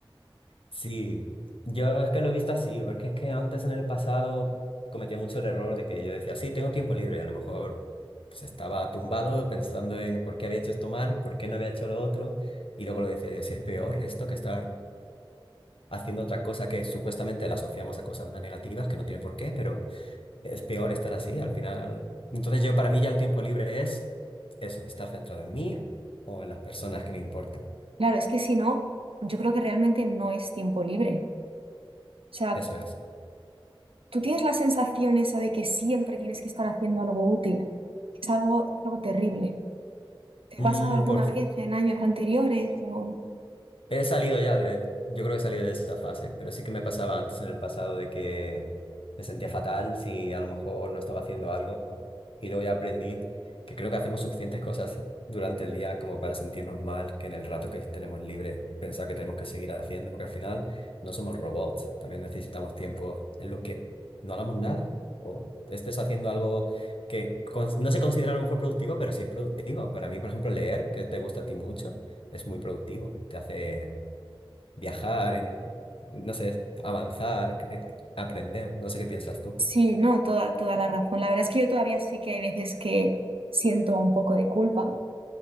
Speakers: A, on the left (about 75°); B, on the right (about 85°).
A: Sí, yo es que lo he visto así, porque es que antes en el pasado cometía mucho el error de que yo decía, sí, tengo tiempo libre, y a lo mejor pues, estaba tumbado pensando en por qué había hecho esto mal, por qué no había hecho lo otro, y luego lo decía, Dios, si es peor esto que estar haciendo otra cosa que supuestamente la asociamos a cosas más negativas, que no tiene por qué, pero es peor estar así, al final. Entonces yo para mí ya el tiempo libre es eso, estar centrado en mí o en las personas que me importan,
B: Claro, es que si no, yo creo que realmente no es tiempo libre. O sea,
A: eso es.
B: tú tienes la sensación esa de que siempre tienes que estar haciendo algo útil. Es algo, es algo terrible. ¿Te
A: Mm,
B: ha pasado alguna
A: por
B: vez en años anteriores? O...
A: He salido ya de, yo creo que he salido de esa fase, pero sí que me pasaba antes en el pasado de que me sentía fatal si a lo mejor no estaba haciendo algo y luego ya aprendí que creo que hacemos suficientes cosas durante el día como para sentirnos mal, que en el rato que tenemos libre pensar que tenemos que seguir haciendo, porque al final no somos robots, también necesitamos tiempo en lo que no hagamos nada o estés haciendo algo que cons- no se considera a lo mejor productivo, pero sí es productivo. Para mí, por ejemplo, leer, que te gusta a ti mucho es muy productivo. Te hace viajar, en, no sé, avanzar, cre- aprender. No sé qué piensas tú.
B: Sí, no, toda, toda la razón. La verdad es que yo todavía sí que hay veces que siento un poco de culpa,